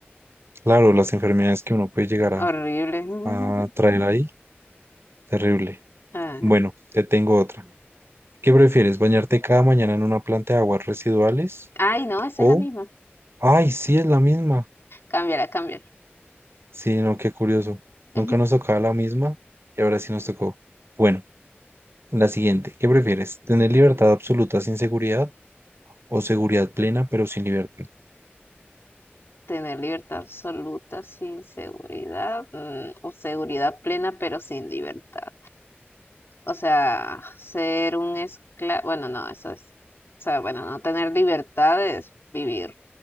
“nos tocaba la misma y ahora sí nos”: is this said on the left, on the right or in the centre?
Right